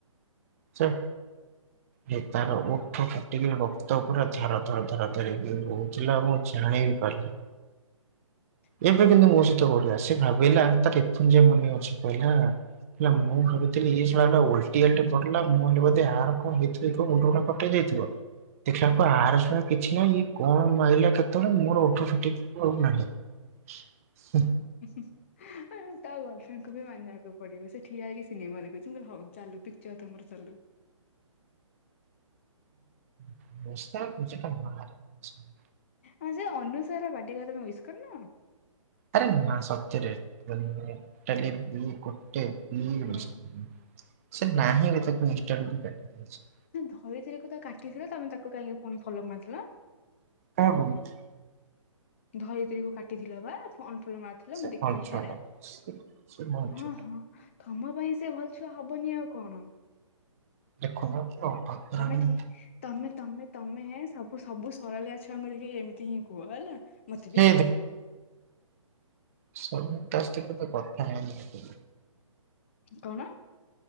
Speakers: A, on the right; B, on the left.
A: ଚା ହେ ତାର ଓଠ ଫ ଟିକି ରକ୍ତ ପୁରା ଧାର ଧାର ଧାର ଧାର ହେଇକି <unintelligible> ବୋହୁଥିଲା ମୁଁ ଜାଣିିବି ପାରିଲିନି।
B: ହଁ
A: ଏବେ ଦିନେ ମୋ ସହିତ ଘଟିଲା ସେ ଭାବିଲା ତା ପି <unintelligible>
B: ହୁଁ
A: ମନେ ଅଛି କହିଲା। କହିଲା
B: କଣ
A: ମୁଁ ଭାବୁଥିଲି ଏ ଶଳା ଟା ଓଲ୍ ଟିଆ ଟା ପଡ଼ିଲା ମୁଁ କହିଲି ବୋଧେ ଆର କଣ ହେଇଥିବ କି କଣ ମୁଣ୍ଡ ଫୁଣ୍ଡ ଫଟେଇ ଦେଇଥିବ। ଦେଖିଲା
B: ହୁଁ।
A: ବେଳକୁ ଆର ଶଳା କିଛି ହେଇନି ଇଏ କଣ ମାଇଲା କେତେବେଳେ ମୋର ଓଠ ଫାଟିକି <unintelligible> ଆଉ ନାହିଁ ହୁଁ।
B: <inaudible> ତା ବୟଫ୍ରେକୁ ବି ମାନିବାକୁ ପଡିବ ସେ ଠିଆ ହେଇକି ସିନେମା ଦେଖୁଚି ହଉ ଚାଲୁ ପିକଚର ତମର ଚାଲୁ।
A: <unintelligible>
B: ଆଁ ସେ ଅନୁସାର ବାଡେ ପା ତମେ ଉଇସ କରିନ?
A: ଆରେ ନାଁ ସତରେ ପଟଲି ବି ଗୋଟେ
B: ହୁଁ
A: ସେ ନାହିଁ ତାକୁ <unintelligible>
B: ନାଁ ଧରିତ୍ରୀରେ କୁ ତ କାଟିଥିଲା ତମେ ତାକୁ କାହିଁକି ପୁଣି ଫଲ ମାରଥିଲା?
A: <unintelligible>
B: ଧରିତ୍ରୀକୁ କାଟିଥିଲ ବା ଅନ ଫଲ ମାରି ଥିଲ
A: ସେ
B: ମୁଁ ଦେଖିଥିଲି
A: ଭଲ ଛୁଆଟା
B: ଥରେ
A: ସେ ଭଲ
B: ହଁ
A: ଛୁଆ।
B: ହଁ। ତମ ପାଇଁ ସେ ଭଲ ଛୁଆ ହବନି ଆଉ କଣ?
A: ଦେଖୁନ। ଅଭଦ୍ରାମି
B: ତମେ ଠିକ ତମେ ତମେ ତମେ ସବୁ ସବୁ ସରଳିଆ ଛୁଆଙ୍କୁ ଦେଖିକି ଏମିତି ହିଁ କୁହ ହେଲା। ମୋତେ ବି
A: ହେ
B: କରହୁଥିଲ।
A: ସ ତାଶଥ ତ କଥା ହେନି ଏ
B: କଣ